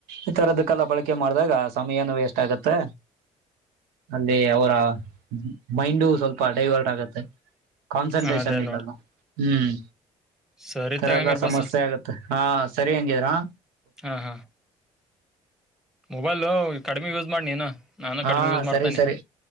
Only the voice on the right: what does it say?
ಈಥರದ್ದ ಕಲ್ಲ ಬಳಕೆ ಮಾಡ್ದಾಗ ಸಮಯ ಏನು ವೇಸ್ಟ್ ಆಗತ್ತೆ ಅಲ್ಲಿ ಅವರ ಮೈಂಡು ಸ್ವಲ್ಪ ಡೈವರ್ಟ್ ಆಗತ್ತೆ ಕಾನ್ಸಂಟ್ರೇಷನ್
ಇಲ್ಲಲ್ಲ
ಹ್ಮ್
ತಥರ
ಎಲ್ಲ
ಸಮಸ್ಯೆ ಆಗತ್ತೆ ಹಾ ಸರಿ ಹಂಗಾರಾ
ಹಾ
ಸರಿ ಸರಿ